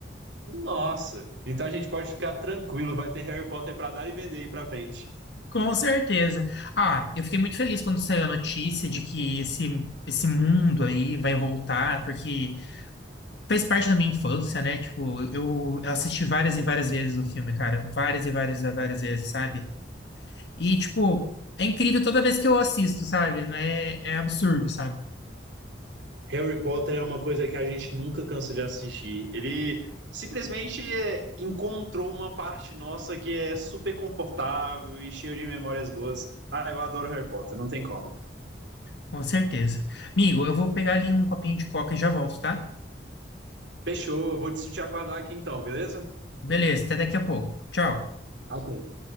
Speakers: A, on the right; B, on the left.
A: Nossa, então a gente pode ficar tranquilo, vai ter Harry Potter pra dar e vender aí pra frente.
B: Com certeza. Ah, eu fiquei muito feliz quando saiu a notícia de que esse, esse mundo aí vai voltar, porque fez parte da minha infância, né? Tipo, eu, eu assisti várias e várias vezes o filme, cara. Várias e várias e várias vezes, sabe? E, tipo, é incrível toda vez que eu assisto, sabe? Não É, é absurdo, sabe?
A: Harry Potter é uma coisa que a gente nunca cansa de assistir. Ele simplesmente é, encontrou uma parte nossa que é super confortável e cheio de memórias boas. Ah, eu adoro Harry Potter, não tem como.
B: Com certeza. Amigo, eu vou pegar ali um copinho de coca e já volto, tá?
A: Fechou, vou te te aguardar aqui então, beleza?
B: Beleza, até daqui a pouco. Tchau.
A: Ok,